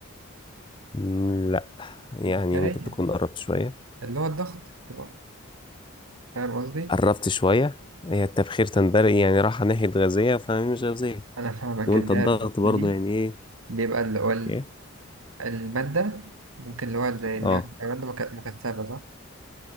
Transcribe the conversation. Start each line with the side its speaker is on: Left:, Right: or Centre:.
Left: مم، لا يعني
Right: البخارية
Left: ممكن تكون قربت شوية
Right: اللي هو الضغط تبقى فاهم قصدي؟
Left: قربت شوية هي التبخير تندرج يعني راحة ناحية غازية فهي مش غازية
Right: أنا فاهمك
Left: وانت
Right: اللي
Left: الضغط
Right: هي الضغط
Left: برضو
Right: دي
Left: يعني ايه
Right: بيبقى اللي هو ال-
Left: ايه
Right: المادة ممكن اللي هو زي اللي
Left: اه
Right: هي بتبقى مادة مك- مكثفة صح؟